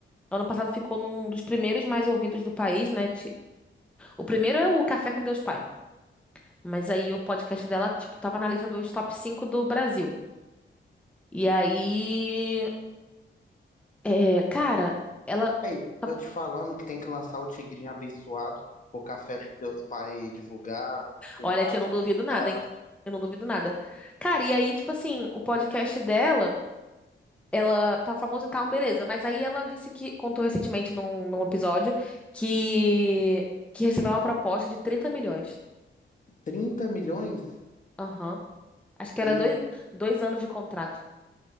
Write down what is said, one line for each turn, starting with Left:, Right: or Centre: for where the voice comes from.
Centre: ano passado ficou num dos primeiros mais ouvidos do país, né? Ti- O primeiro é o Café com Deus Pai. Mas aí o podcast dela, tipo, tava na lista dos top 5 do Brasil. E aí. É, cara, ela.
Left: Ei,
Centre: tá
Left: tô te falando que tem que lançar o Tigrinho Abençoado, o café dos teus pais divulgar, o
Centre: Olha
Left: padre
Centre: que eu não duvido nada,
Left: divulgar.
Centre: hein? Eu não duvido nada. Cara, e aí, tipo assim, o podcast dela, ela tá famosa e tal, beleza. Mas aí ela disse que, contou recentemente num, num episódio, que, que recebeu uma proposta de 30 milhões.
Left: 30 milhões?
Centre: Aham. Acho que era
Left: E,
Centre: dois, dois anos de contrato.